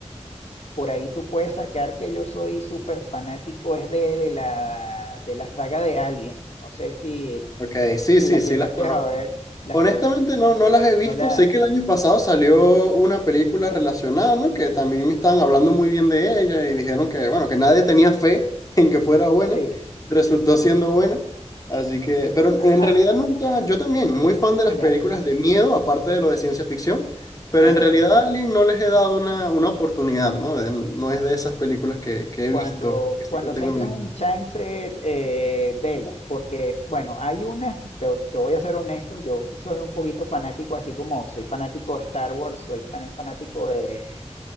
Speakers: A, on the left; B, on the left.
A: por ahí tú puedes sacar que yo soy súper fanático, es de, de la, de la saga de Alien. No sé si,
B: Ok, sí,
A: si
B: sí,
A: la llegaste
B: sí las conozco.
A: a ver, la
B: Honestamente
A: con el-
B: no, no las he visto.
A: no la,
B: Sé que el año pasado salió una película relacionada, ¿no? Que también estaban hablando
A: eh,
B: muy bien de ella y dijeron que, bueno, que nadie tenía fe <laughs> en que fuera buena.
A: sí,
B: Resultó siendo buena. Así que, pero
A: a-
B: en
A: a-
B: realidad nunca, yo también, muy fan de
A: ya,
B: las películas de miedo, aparte de lo de ciencia ficción, pero
A: ajá.
B: en realidad a Alien no les he dado una, una oportunidad, ¿no? De- no es de esas películas que, que
A: Cuando,
B: he visto, que sí
A: cuando
B: lo tengo
A: tengas
B: en mi
A: un
B: lista.
A: chance, eh, vela, porque bueno, hay una, te, te voy a ser honesto, yo soy un poquito fanático, así como soy fanático de Star Wars, soy tan fanático de,